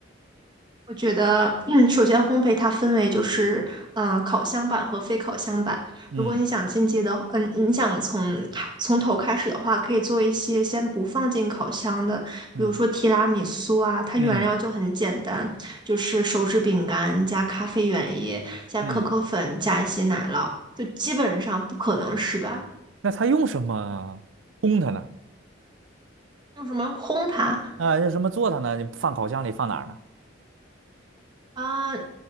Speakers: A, on the right (about 25°); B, on the right (about 75°).
A: 我觉得，嗯，首先烘焙它分为就是，嗯、烤箱版和非烤箱版。
B: 嗯
A: 如果你想进阶的话嗯、你想从开从头开始的话，可以做一些先不放进烤箱的，
B: 嗯
A: 比如说提拉米苏啊，它原料就很简单，
B: 嗯
A: 就是手指饼干加咖啡原液加可可粉加一些奶酪，
B: 嗯，
A: 就基本上不可能失败。
B: 那它用什么烘它呢？
A: 用什么烘它
B: 啊，用什么做它呢？你放烤箱里放哪儿呢？
A: 啊？呃